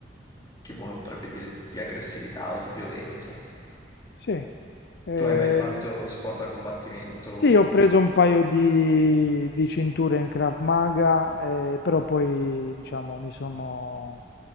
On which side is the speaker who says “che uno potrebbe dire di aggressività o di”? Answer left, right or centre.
Left